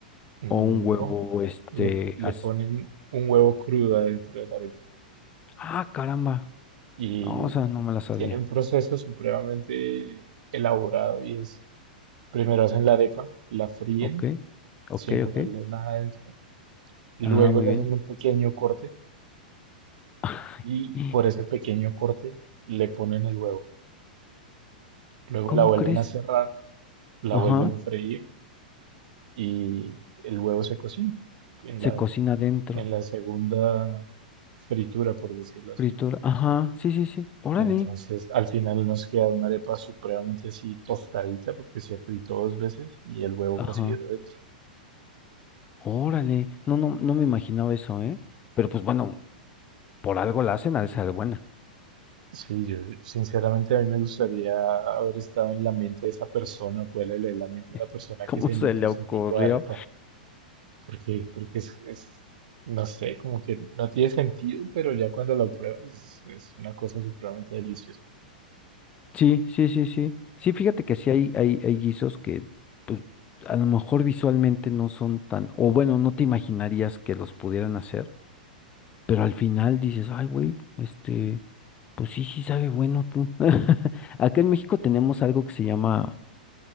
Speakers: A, on the right (about 60°); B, on the left (about 25°).
A: Mm,
B: o un huevo,
A: No,
B: este,
A: le, le
B: as-
A: ponen un huevo crudo adentro de la arepa
B: Ah, caramba.
A: y
B: No, o sea, no me la sabía.
A: tiene un proceso supremamente elaborado y es, primero hacen la arepa, la fríen
B: Ok, ok,
A: sin ponerle
B: ok.
A: nada adentro, luego
B: Ah, muy
A: le
B: bien.
A: hacen un pequeño corte
B: <laughs>
A: y por ese pequeño corte le ponen el huevo, luego
B: ¿Cómo
A: la vuelven
B: crees?
A: a cerrar, la
B: Ajá,
A: vuelven a freír y el huevo se cocina en
B: se
A: la,
B: cocina adentro.
A: en la segunda fritura, por decirlo así.
B: Fritura. Ajá, sí, sí, sí. Órale.
A: Entonces, al final nos queda una arepa supremamente así tostadita porque se fritó dos veces y el huevo
B: Ajá.
A: cocido dentro.
B: Órale, no, no, no me imaginaba eso, ¿eh? Pero pues bueno, por algo la hacen, ha de ser buena.
A: Sí, yo sinceramente a mí me gustaría haber estado en la mente de esa persona, poderle leer la mente a la persona
B: <laughs> ¿Cómo
A: que se
B: se
A: inventó
B: le
A: ese
B: ocurrió?
A: tipo de arepa, porque, porque es, es, no sé, como que no tiene sentido, pero ya cuando lo pruebas es, es una cosa supremamente deliciosa.
B: Sí, sí, sí, sí. Sí, fíjate que sí hay, hay, hay guisos que, pues, a lo mejor visualmente no son tan, o bueno, no te imaginarías que los pudieran hacer, pero al final dices, ay, güey, este, pues sí, sí sabe bueno tú. <laughs> Acá en México tenemos algo que se llama,